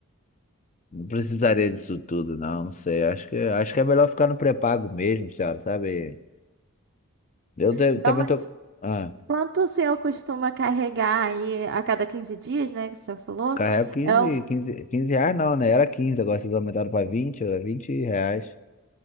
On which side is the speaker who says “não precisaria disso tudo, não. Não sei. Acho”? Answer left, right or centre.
Left